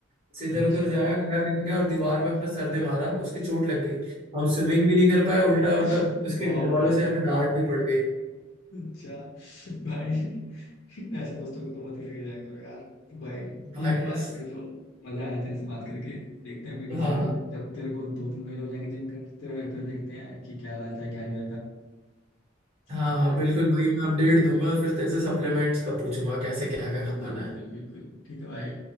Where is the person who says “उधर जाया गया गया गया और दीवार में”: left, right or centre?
Right